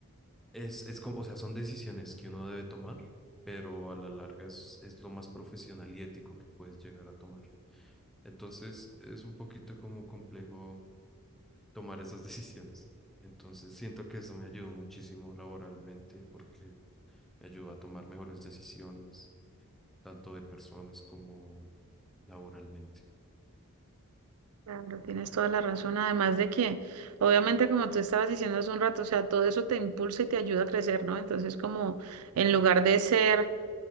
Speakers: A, in the centre; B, on the right.
A: es, es como, o sea, son decisiones que uno debe tomar, pero a la larga es, es lo más profesional y ético que puedes llegar a tomar. Entonces, es un poquito como complejo tomar esas <laughs> decisiones. Entonces, siento que eso me ayudó muchísimo laboralmente porque me ayudó a tomar mejores decisiones, tanto de personas como laboralmente.
B: Claro, tienes toda la razón. Además de que, obviamente, como tú estabas diciendo hace un rato, o sea, todo eso te impulsa y te ayuda a crecer, ¿no? Entonces, como en lugar de ser